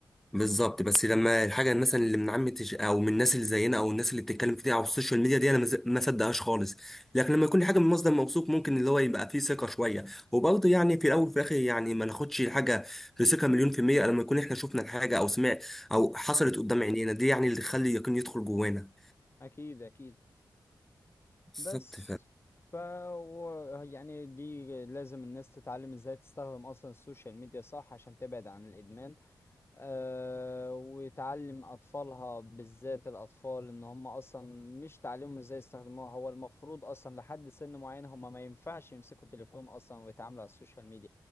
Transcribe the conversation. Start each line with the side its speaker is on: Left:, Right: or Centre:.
Centre: بالظبط بس لما الحاجه مثلا اللي من عامه الش- او من الناس اللي زينا او الناس اللي بتتكلم كتير على السوشيال ميديا دي انا ما ز- ما صدقهاش خالص لكن لما يكون حاجه من مصدر موثوق ممكن اللي هو يبقى فيه ثقه شويه وبرضه يعني في الاول وفي الاخر يعني ما ناخدش الحاجه بثقه مليون في الميه لما يكون احنا شفنا الحاجه او سمع او حصلت قدام عينينا دي يعني اللي تخلي اليقين يدخل جوانا
Left: اكيد اكيد
Centre: بالظبط
Left: بس
Centre: ف...
Left: ف و- يعني دي لازم الناس تتعلم ازاي تستخدم اصلا السوشيال ميديا صح عشان تبعد عن الادمان آه، وتعلم أطفالها بالذات الأطفال إن هم أصلا مش تعلمهم إزاي يستخدموها هو المفروض أصلا لحد سن معين هم ما ينفعش يمسكوا تليفون أصلا ويتعاملوا على السوشيال ميديا